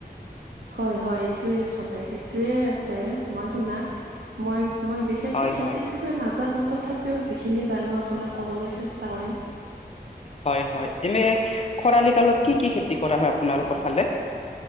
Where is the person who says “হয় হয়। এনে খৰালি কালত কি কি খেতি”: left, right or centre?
Left